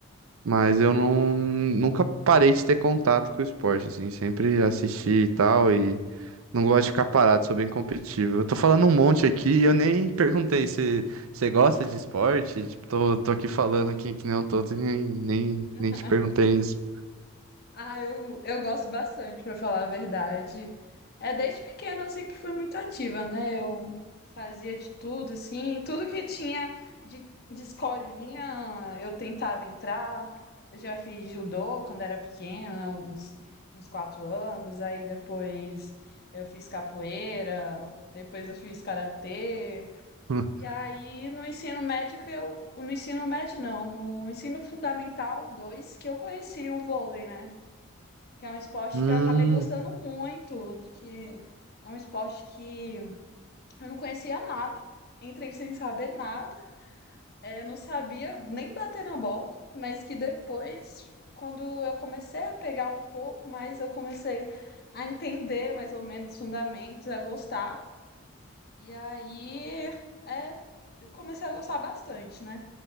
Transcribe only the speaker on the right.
Mas eu não, nunca parei de ter contato com o esporte, assim, sempre assisti e tal, e não gosto de ficar parado, sou bem competitivo. Eu tô falando um monte aqui e eu nem perguntei se você gosta de esporte, tipo, tô, tô aqui falando aqui que nem um tonto e nem, nem,
nem te perguntei isso.
<laughs>
Hum,